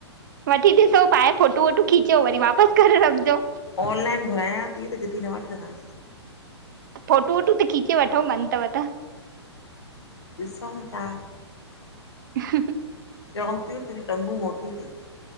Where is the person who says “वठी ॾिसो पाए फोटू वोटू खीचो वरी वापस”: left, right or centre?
Right